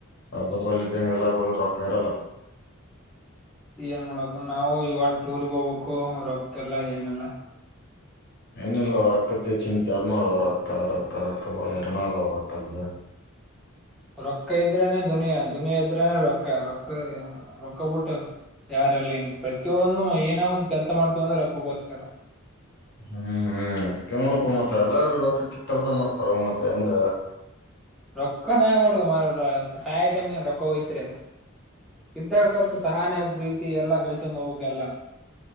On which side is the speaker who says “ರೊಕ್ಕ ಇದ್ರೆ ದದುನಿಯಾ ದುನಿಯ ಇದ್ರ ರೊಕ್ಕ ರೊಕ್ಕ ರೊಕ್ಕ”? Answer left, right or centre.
Centre